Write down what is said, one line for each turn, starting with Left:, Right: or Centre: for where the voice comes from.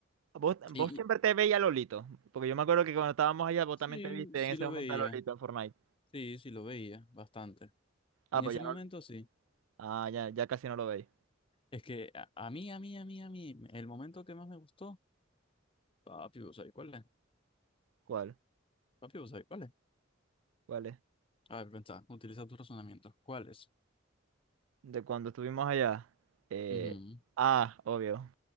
Right: ¿Vos, vos
Left: Y,
Right: siempre
Left: y-
Right: te veías a Lolito? Porque yo me acuerdo que cuando estábamos allá vos
Left: sí,
Right: también te viste
Left: sí
Right: en ese
Left: lo
Right: momento
Left: veía,
Right: a Lolito en Fortnite.
Left: sí, sí lo veía, bastante.
Right: Ah,
Left: En
Right: pues
Left: ese
Right: ya
Left: momento
Right: no.
Left: sí.
Right: Ah, ya, ya casi no lo veis.
Left: Es que a, a mí, a mí, a mí, a mí, el momento que más me gustó, papi, ¿vos sabés cuál es?
Right: ¿Cuál?
Left: Papi, ¿vos sabés cuál es?
Right: ¿Cuál es?
Left: A ver, pensá, utiliza tus razonamientos. ¿Cuál es?
Right: De cuando estuvimos allá. Eh,
Left: Ujú,
Right: ah, obvio,